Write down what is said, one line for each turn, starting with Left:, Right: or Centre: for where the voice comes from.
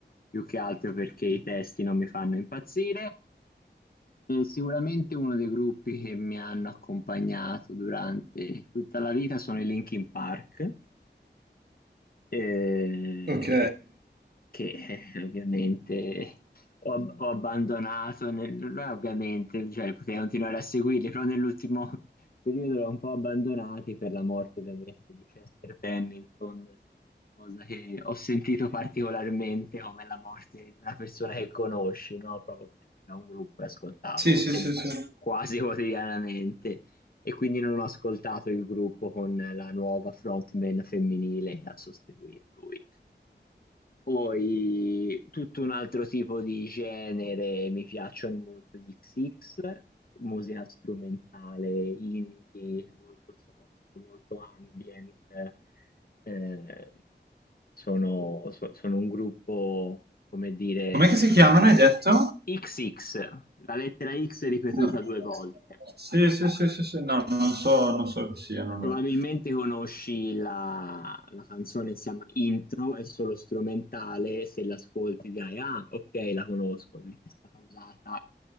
Left: più che altro perché i testi non mi fanno impazzire. E sicuramente uno dei gruppi che mi hanno accompagnato durante tutta la vita sono i Linkin Park eh,
Right: Ok.
Left: che eh, ovviamente ho, ab- ho abbandonato, nel- non è ovviamente, cioè, potrei continuare a seguirli, però nell'ultimo <laughs> periodo l'ho un po' abbandonati per la morte ovviamente di Chester Bennington, cosa che ho sentito particolarmente come la morte di una persona che conosci, no? Proprio perché era un gruppo che ascoltavo
Right: Sì, sì,
Left: se-
Right: sì, sì.
Left: quasi quotidianamente e quindi non ho ascoltato il gruppo con la nuova frontman femminile che ha sostituito lui. Poi tutto un altro tipo di genere, mi piacciono molto gli XX, musica strumentale, indie, molto soft, molto ambient. Eh, sono, so- sono un gruppo, come dire,
Right: Com'è che si chiamano, hai detto?
Left: XX, la lettera X ripetuta
Right: No.
Left: due volte.
Right: Sì, sì, sì, sì, sì, no, non so, non so chi siano loro.
Left: Probabilmente conosci la, la canzone, si chiama Intro, è solo strumentale, se l'ascolti dirai, ah, ok, la conosco, perché è stata usata